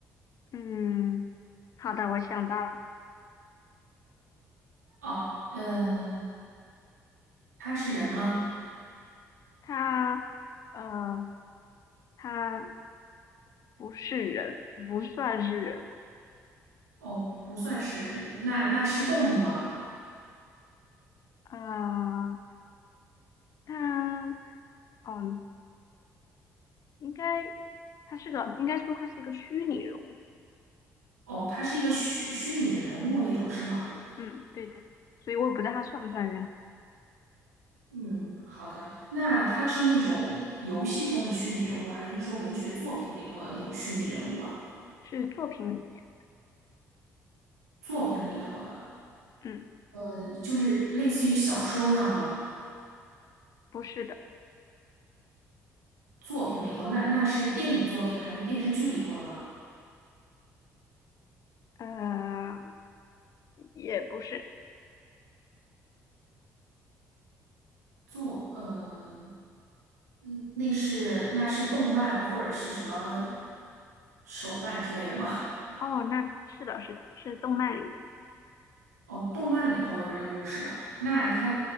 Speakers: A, on the left; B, on the right.
A: 嗯，好的，我想到了，
B: 哦，嗯，他是人吗？
A: 他呃他不是人，不算是人。
B: 哦，不算是人，那那是动物吗？
A: 呃，他嗯应该他是个应该说他是一个虚拟人物。
B: 哦，他是一个虚虚拟的人物那种是吗？
A: 嗯，对的，所以我也不知道他算不算人，
B: 嗯，好的。那他是那种游戏中的虚拟人物，还是说文学作品里头的那种虚拟人物啊？
A: 是作品里面。
B: 作品里头的，
A: 嗯，
B: 呃，就是类似于小说那样的吗？
A: 不是的，
B: 作品里头，那那是电影作品还是电视剧里头的吗？
A: 呃，也不是。
B: 作，呃，嗯，那是那是动漫或者是什么手办之类的吗？
A: 哦，那是的，是的，是动漫里的，
B: <laughs> 哦，动漫里头的人物是吧？那他